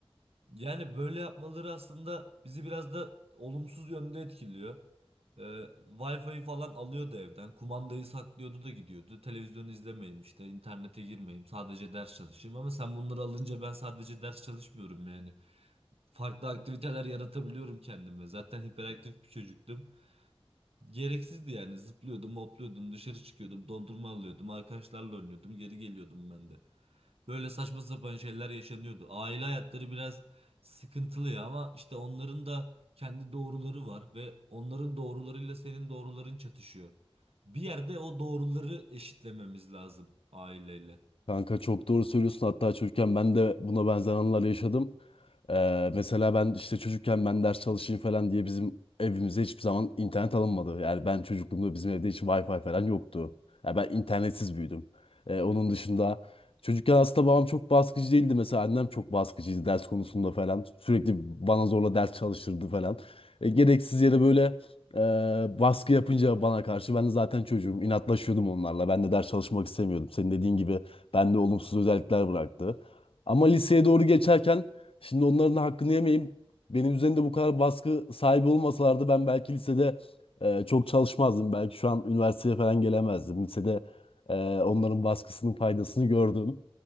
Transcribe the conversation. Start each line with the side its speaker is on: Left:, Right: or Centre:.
Right: Yani böyle yapmaları aslında bizi biraz da olumsuz yönde etkiliyor. Ee, Wi-Fi'yi falan alıyordu evden. Kumandayı saklıyordu da gidiyordu. Televizyon izlemeyeyim işte, internete girmeyeyim, sadece ders çalışayım. Ama sen bunları alınca ben sadece ders çalışmıyorum yani. Farklı aktiviteler yaratabiliyorum kendime. Zaten hiperaktif bir çocuktum. Gereksizdi yani. Zıplıyordum, hopluyordum, dışarı çıkıyordum, dondurma alıyordum, arkadaşlarla oynuyordum, geri geliyordum ben de. Böyle saçma sapan şeyler yaşanıyordu. Aile hayatları biraz sıkıntılı ya ama işte onların da kendi doğruları var ve onların doğrularıyla senin doğruların çatışıyor. Bir yerde o doğruları eşitlememiz lazım aileyle.
Left: Kanka çok doğru söylüyorsun. Hatta çocukken ben de buna benzer anılar yaşadım. Ee, mesela ben işte çocukken ben ders çalışayım falan diye bizim evimize hiçbir zaman internet alınmadı. Yani ben çocukluğumda bizim evde hiç Wi-Fi falan yoktu. Yani ben internetsiz büyüdüm. Ee, onun dışında çocukken aslında babam çok baskıcı değildi. Mesela annem çok baskıcıydı ders konusunda falan. Sürekli bana zorla ders çalıştırdı falan. E, gereksiz yere böyle e, baskı yapınca bana karşı ben de zaten çocuğum inatlaşıyordum onlarla. Ben de ders çalışmak istemiyordum. Senin dediğin gibi Bende olumsuz özellikler bıraktı. Ama liseye doğru geçerken şimdi onların hakkını yemeyeyim. Benim üzerinde bu kadar baskı sahibi olmasalardı ben belki lisede e, çok çalışmazdım. Belki şu an üniversiteye falan gelemezdim. Lisede e, onların baskısının faydasını gördüm.